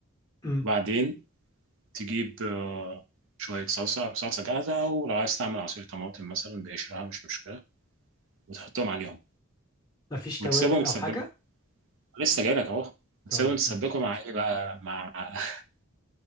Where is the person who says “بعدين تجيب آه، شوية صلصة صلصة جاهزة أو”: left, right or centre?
Right